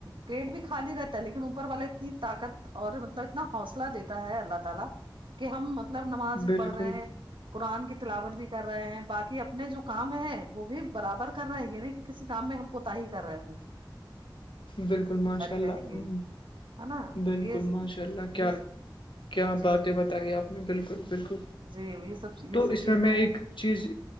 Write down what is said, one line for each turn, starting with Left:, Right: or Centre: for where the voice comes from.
Right: پیٹ بھی خالی رہتا ہے لیکن اوپر والا اتنی طاقت اور مطلب اتنا حوصلہ دیتا ہے اللہ تعالی کہ ہم مطلب نماز بھی
Left: بالکل
Right: پڑھ رہے ہیں قرآن کی تلاوت بھی کر رہے ہیں باقی اپنے جو کام ہے وہ بھی برابر کر رہے ہیں نہیں کہ کسی کام میں ہم کوتا ہی کر رہے ہ
Left: بالکل ماشاء اللہ
Right: رہیں گے
Left: ہ
Right: ہے نا
Left: بالکل
Right: تو یہ
Left: ماشاء اللہ کیا
Right: یہ
Left: ہے کیا
Right: جی
Left: باتیں بتائی آپ نے بالکل بالکل
Right: جی جی یہ سب
Left: تو
Right: یہ سب
Left: اس
Right: چیزیں
Left: میں میں
Right: ہیں
Left: ایک چیز